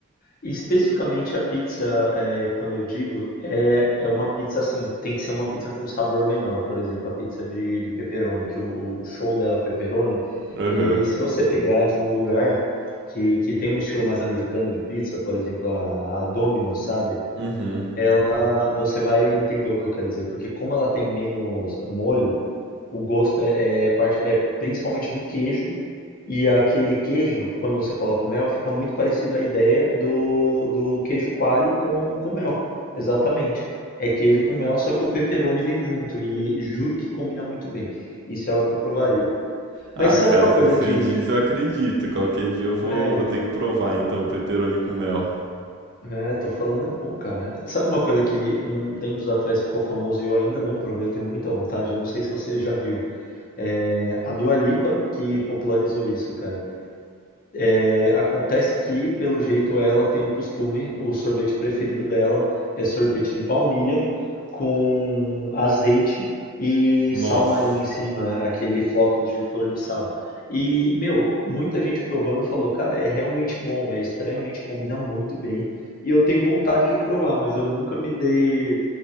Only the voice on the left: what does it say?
especificamente a pizza, é, quando eu digo, é, é uma pizza assim, tem que ser uma pizza com sabor menor. Por exemplo, a pizza de, de pepperoni, que o, o show dela é pepperoni.
E se você pegar de um lugar que, que tem um estilo mais americano de pizza, por exemplo, a, a Domino's, sabe?
ela, você vai entender o que eu quero dizer, porque como ela tem menos molho, o gosto é, é parte, é principalmente do queijo, e aquele queijo, quando você coloca o mel, fica muito parecido à ideia do, do queijo coalho com, com mel. Exatamente. É queijo com mel, só que o pepperoni vem junto, e juro que combina muito bem. Isso é algo que eu provaria.
Mas sabe
uma coisa
que...
É,
então.
É, tô falando, é bom, cara. Sabe uma coisa que um tempos atrás ficou famoso e eu ainda não provei, eu tenho muita vontade, eu não sei se você já viu. É a Dua Lipa que popularizou isso, cara. É, acontece que, pelo jeito, ela tem o costume, o sorvete preferido dela é sorvete de baunilha com azeite e
sal marinho em cima, aquele flocos de flor de sal. E, meu, muita gente provando falou, cara, é realmente bom, é estranhamente, combina muito bem. E eu tenho vontade de provar, mas eu nunca me dei,